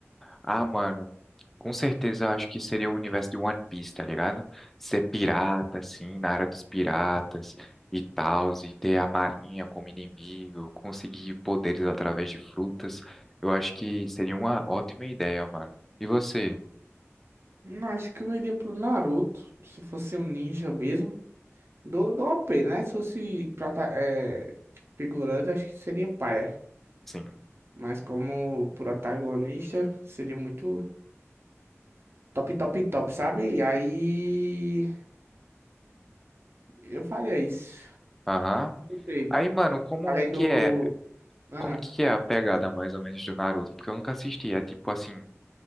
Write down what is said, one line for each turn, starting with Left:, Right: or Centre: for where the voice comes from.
Centre: Ah, mano, com certeza acho que seria o universo de One Piece, tá ligado? Ser pirata, assim, na área dos piratas e tal, e ter a marinha como inimigo, conseguir poderes através de frutas. Eu acho que seria uma ótima ideia, mano. E você?
Right: Não, acho que eu iria pro Naruto, se fosse um ninja mesmo. Do, do OP, né? Se fosse prota- é, figurante, acho que seria paia.
Centre: Sim.
Right: Mas como protagonista, seria muito. Top, top, top, sabe? E Aí eu faria isso.
Centre: Aham.
Right: Não sei.
Centre: Aí, mano, como
Right: Além
Centre: que
Right: do.
Centre: é?
Right: Ah,
Centre: Como que é a pegada mais ou menos do Naruto? Porque eu nunca assisti. É tipo assim.